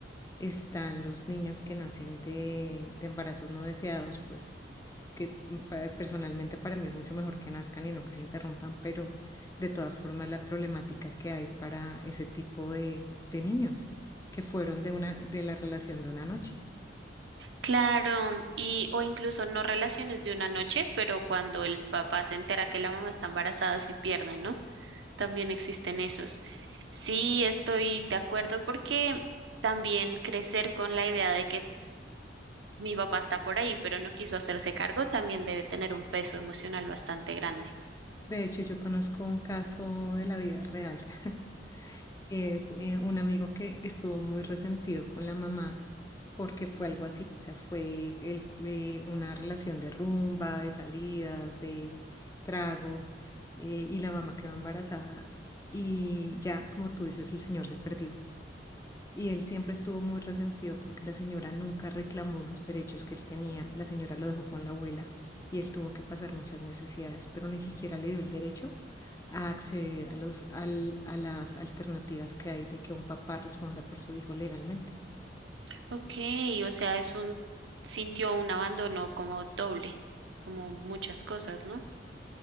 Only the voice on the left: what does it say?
Están los niños que nacen de, de embarazos no deseados, pues que pa- personalmente para mí es mucho mejor que nazcan y no que se interrumpan, pero de todas formas la problemática que hay para ese tipo de, de niños que fueron de una, de la relación de una noche.
De hecho, yo conozco un caso de la vida real <laughs> Es eh, un amigo que estuvo muy resentido con la mamá porque fue algo así, o sea, fue el- eh, una relación de rumba, de salidas, de trago, eh, y la mamá quedó embarazada y ya, como tú dices, el señor se perdió. Y él siempre estuvo muy resentido porque la señora nunca reclamó los derechos que él tenía. La señora lo dejó con la abuela y él tuvo que pasar muchas necesidades, pero ni siquiera le dio el derecho a acceder a los, al- a las alternativas que hay de que un papá responda por su hijo legalmente.